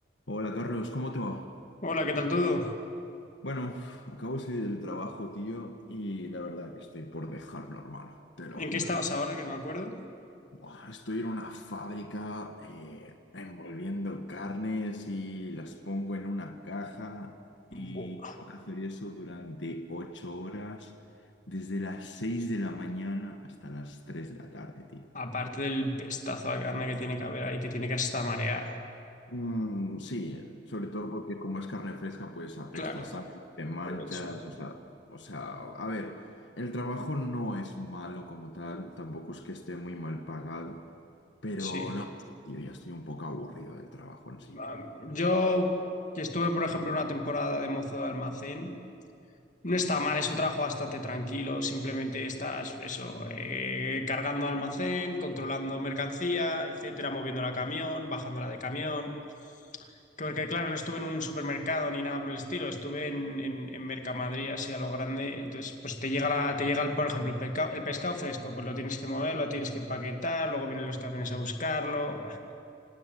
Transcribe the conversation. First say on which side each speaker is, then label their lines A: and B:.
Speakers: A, on the left; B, on the left.
A: Hola Carlos, ¿cómo te va?
B: Hola, ¿qué tal todo?
A: Bueno, acabo de salir del trabajo, tío, y la verdad que estoy por dejarlo, hermano, te lo
B: ¿En
A: juro.
B: qué estabas ahora? Que no me acuerdo.
A: Buah, estoy en una fábrica eh, envolviendo carnes y las pongo en una caja y
B: Buah,
A: tengo que hacer eso durante ocho horas, desde las seis de la mañana hasta las tres de la tarde, tío.
B: aparte del pestazo de carne que tiene que haber ahí, que tiene que hasta marear.
A: Mm, sí, sobre todo porque como es carne fresca, pues apesta,
B: Claro,
A: sale, te manchas,
B: por eso.
A: o sea, o sea, a ver, el trabajo no es malo como tal, tampoco es que esté muy mal pagado, pero
B: Sí.
A: no, sé, tío, ya estoy un poco aburrido del trabajo en sí.
B: Am, Yo, que estuve, por ejemplo, una temporada de mozo de almacén, no está mal, es un trabajo bastante tranquilo. Simplemente estás, eso, eh, cargando almacén, controlando mercancía, etcétera, moviéndola a camión, bajándola de camión. Porque claro, no estuve en un supermercado ni nada por el estilo, estuve en, en, en Mercamadrid así a lo grande. Entonces, pues te llega la, te llega el, por ejemplo, el pescado, el pescado fresco, pues lo tienes que mover, lo tienes que empaquetar, luego vienen los camiones a buscarlo. Buah,